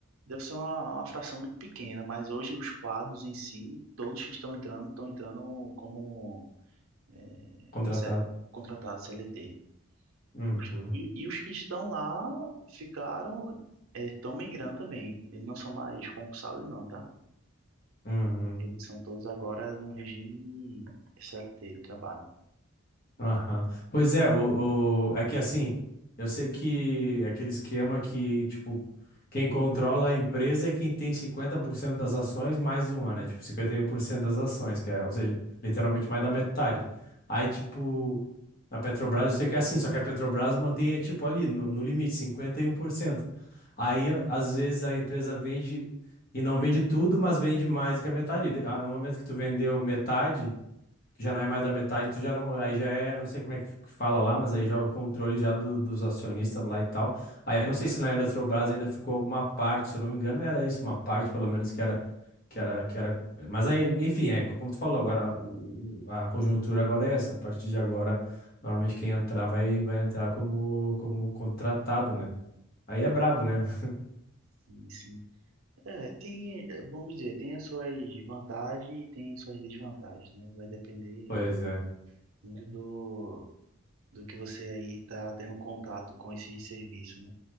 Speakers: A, on the right; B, on the left.
A: deve ser uma, uma fração muito pequena, mas hoje os quadros em si, todos que estão entrando, estão entrando como é,
B: Contratado.
A: C- contratados CLT.
B: Uhum,
A: Os- e, e os que estão lá ficaram, é, estão migrando também. Eles não são mais concursados, não, tá?
B: uhum.
A: Eles são todos agora no regime CLT de trabalho.
B: Aham. Pois é, o, o- é que assim, eu sei que é aquele esquema que, tipo, quem controla a empresa é quem tem 50% das ações mais uma, né? Tipo, 51% das ações, que é, ou seja, literalmente mais da metade. Aí, tipo, na Petrobras eu sei que é assim, só que a Petrobras mantém, é, tipo, ali, no, no limite, 51%. Aí, às vezes, a empresa vende e não vende tudo, mas vende mais do que a metade. E de- ah, No momento que tu vendeu metade que já não é mais da metade, tu já não, aí já é, não sei como é que que fala lá, mas aí já é o controle já do- dos acionistas lá e tal. Aí eu não sei se na Eletrobras ainda ficou alguma parte, se eu não me engano, era isso, uma parte pelo menos que era que era que era, mas aí, enfim, é como tu falou agora, o- o- a conjuntura agora é essa, a partir de agora, normalmente quem entrar vai vai entrar como como contratado, né? Aí é brabo, né? <laughs>
A: Sim, sim. É, tem, é, vamos dizer, tem as suas vantagens e tem suas desvantagens, né? Vai depender
B: Pois é.
A: muito do, do que você aí tá tendo contato com esse serviço, né?